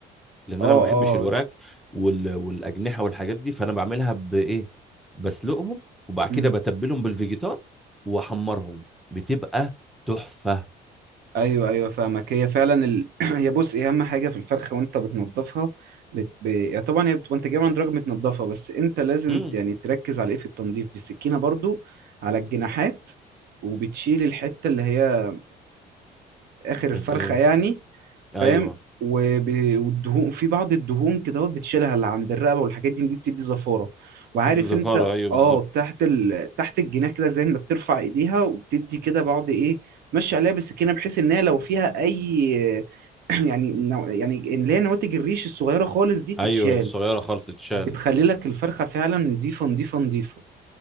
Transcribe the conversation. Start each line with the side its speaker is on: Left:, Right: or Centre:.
Centre: لان
Right: اه
Centre: انا ما بحبش الوراك وال... والاجنحه والحاجات دي فانا بعملها بايه بسلقهم وبعد كده
Right: اه
Centre: بتبلهم بالفيجيتار واحمرهم بتبقى تحفه
Right: ايوه ايوه فاهمك هي فعلا ال... <clears throat> هي بص إيه اهم حاجه في الفرخه وانت بتنضفها بت... ب... يعني طبعا هي بتبقى انت جايبها عند راجل متنضفه بس انت لازم
Centre: امم
Right: ت- يعني تركز على ايه في التنظيف بالسكينه برضو على الجناحات وبتشيل الحته اللي هي اخر الفرخه
Centre: الايه
Right: يعني
Centre: ايوه
Right: فاهم وب- والدهون في بعض الدهون كده بتشيلها اللي عند الرقبه والحاجات دي دي بتدي زفاره وعارف
Centre: بتبقى زفاره
Right: انت
Centre: ايوه بالظبط
Right: اه تحت ال... تحت الجناح كده زي ما بترفع ايديها وبتدي كده بعض ايه ماشي عليها بالسكينه بحيث ان هي لو فيها اي <clears throat> يعني نوع- يعني اللي هي نواتج الريش الصغيره خالص دي تتشال
Centre: ايوه الصغيره خالص تتشال
Right: بتخلي لك الفرخه فعلا نضيفه نضيفه نضيفه